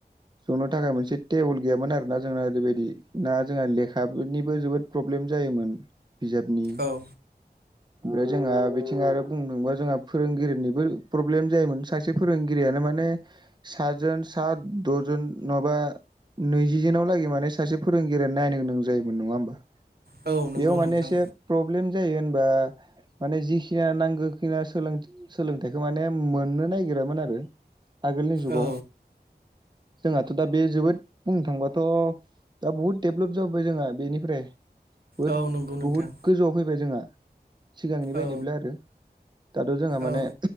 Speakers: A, on the right (about 25°); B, on the right (about 65°).
A: ज'नो थाखाय मोनसे टेबोल गैयामोन आरो ना जोंना ओरैबायदि ना जोंहा लेखानिबो जोबोद प्रब्लेम जायोमोन बिजाबनि
B: औ
A: ओमफ्राय जोंहा बिथ थिङा आरो बुंदोंबा जोंहा फोरोंगिरिनिबो प्रब्लेम जायोमोन। सासे फोरोंगिरियानो माने साजोन सात द'जोन नङाबा नैजिजोनाव लागै माने सासे फोरोंगिरियानो नायनो गोनां जायोमोन नङा होमबा?
B: औ नंगौ
A: बेयाव माने
B: नोंथां
A: एसे प्रब्लेम जायो होनबा माने जिखि खिया नांगौ खिना सोलोंथाइखौ माने मोननो नागिरामोन आरो। आगोलनि जुगाव
B: औ
A: जोंहाथ' दा बे जोबोद बुंनो थांबाथ' दा बहुद दडेभलप जाबाय जोंहा बेनिफ्राय बोद
B: औ नंगौ नोंथां
A: बुहुद गोजौआव फैबाय जोंहा सिगांनि बायदिब्ला
B: औ
A: दो दाथ' जोंहा माने
B: औ